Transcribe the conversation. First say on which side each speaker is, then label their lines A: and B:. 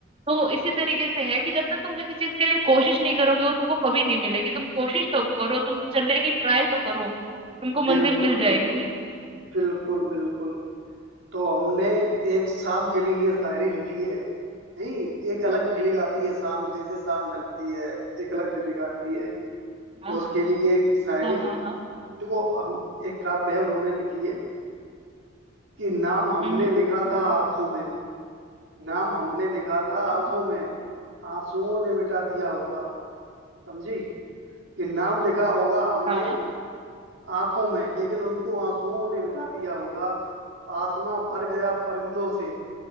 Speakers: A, on the right; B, on the right.
A: तो इसी तरीके से है कि जब तक तुम किसी चीज के लिए कोशिश नहीं करोगे वो तुमको कभी नहीं मिलेगी तुम कोशिश तो करो तुम चलने की ट्राई तो करो तुमको
B: बिल्कुल
A: मंजिल मिल जाएगी
B: बिल्कुल बिल्कुल बिल्कुल तो हमने एक शाम के लिए ये शायरी लिखी है नहीं एक अलग फीलिंग आती है शाम जैसे शाम ढलती है एक अलग फीलिंग आती है
A: हाँ
B: तो उसके लिए एक शायरी
A: हाँ हाँ हाँ
B: देखो हम एक काव्य है उन्होंने लिखी है कि नाम हमने
A: हम्म
B: लिखा था आंखों में नाम हमने लिखा था
A: हम्म,
B: आंखों में आंसुओं ने मिटा दिया होगा समझी कि नाम लिखा होगा हमने
A: हाँ
B: आंखों में लेकिन उनको आंसुओं ने मिटा दिया होगा आसमां भर गया परिंदों से